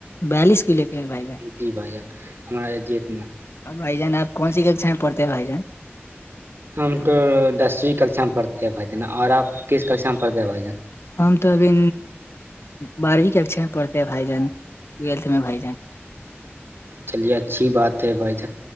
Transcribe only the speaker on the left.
بیالیس لے کے بائی
اب بھائیان آپ کون سی ککا پڑتے ہیں بھائی جان
ہم تو ابھی بارہویں کے اکھر میں پڑھتے ہیں بھائی جان ٹویلتھ میں بھائی جان